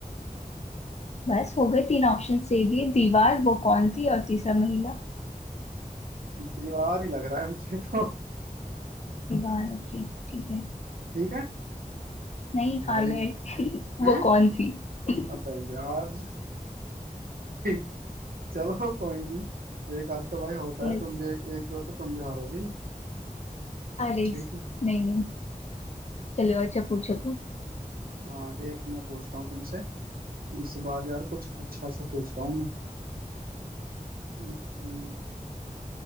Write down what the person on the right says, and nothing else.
दीवार ही लग रहा है मुझे तो
ठीक है
भाई
हैं
अबे यार <laughs> चलो कोई नहीं एक आध तो भाई होता
है तुम भी एक दो तो तुम भी हारोगी
ठीक है
हाँ एक मैं पूछता हूँ तुमसे इस बार यार कुछ अच्छा सा पूछता हूँ मैं अम्म,